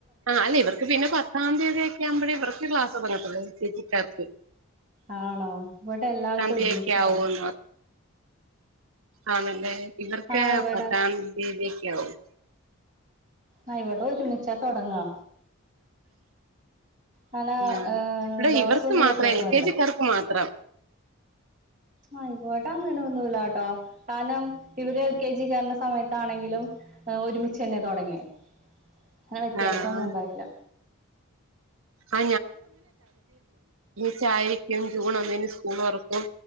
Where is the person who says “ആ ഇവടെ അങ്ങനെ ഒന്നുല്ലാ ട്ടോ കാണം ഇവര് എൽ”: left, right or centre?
Right